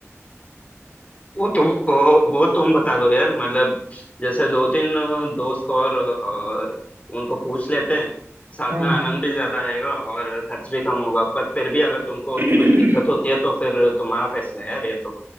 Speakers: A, on the left; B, on the right.
A: वो तुम वो, वो तुम बता दो यार मतलब जैसे दो तीन अ, दोस्त और, और उनको पूछ लेते हैं साथ
B: हाँ
A: में आनंद
B: हाँ
A: भी ज्यादा आएगा और खर्च भी कम होगा पर फिर भी अगर तुमको
B: <clears throat>
A: कुछ दिक्कत होती है तो फिर तुम्हारा फैसला है यार ये तो